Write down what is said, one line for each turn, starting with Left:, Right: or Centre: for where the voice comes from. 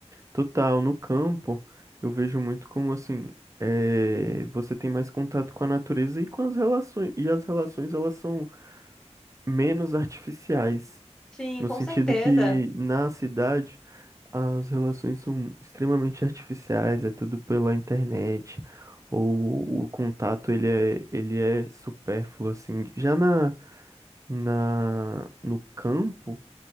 Right: Total, no campo, eu vejo muito como assim, eh, você tem mais contato com a natureza e com as relações, e as relações elas são menos artificiais,
Centre: Sim,
Right: no
Centre: com
Right: sentido
Centre: certeza.
Right: que na cidade as relações são extremamente artificiais, é tudo pela internet, ou o contato ele é, ele é supérfluo assim. Já na, na no campo,